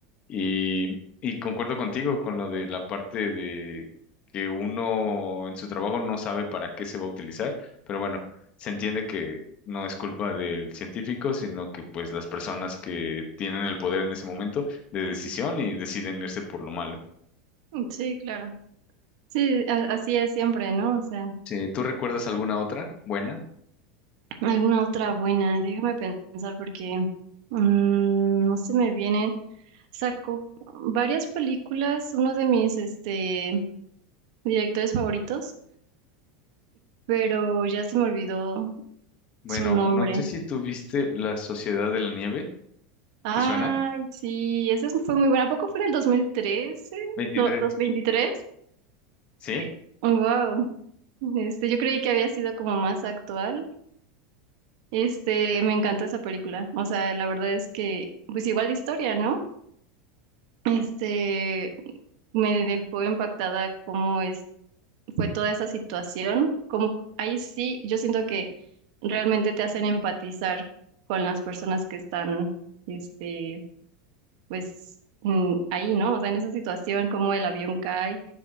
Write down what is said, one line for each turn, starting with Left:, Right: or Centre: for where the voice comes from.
Left: Y, y concuerdo contigo con lo de la parte de que uno en su trabajo no sabe para qué se va a utilizar, pero bueno, se entiende que no es culpa del científico, sino que pues las personas que tienen el poder en ese momento de decisión y deciden irse por lo malo.
Right: Sí, claro. Sí, a- así es siempre, ¿no? O sea.
Left: Sí, ¿tú recuerdas alguna otra buena?
Right: Alguna otra buena, déjame pensar porque mm, no se me vienen. Saco varias películas, uno de mis este, directores favoritos, pero ya se me olvidó
Left: Bueno,
Right: su nombre.
Left: no sé si tú viste La Sociedad de la Nieve,
Right: Ay,
Left: ¿te suena?
Right: sí, esa es- fue muy buena. ¿A poco fue en el dos mil trece
Left: Veintitrés.
Right: ¿Do- ¿2023?
Left: Sí,
Right: Eh, wow. Este, yo creí que había sido como más actual. Este, me encantó esa película. O sea, la verdad es que, pues igual de historia, ¿no? Este, me dejó impactada cómo es, fue toda esa situación. Como ahí sí, yo siento que realmente te hacen empatizar con las personas que están, este, pues mm, ahí, ¿no? O sea, en esa situación, cómo el avión cae,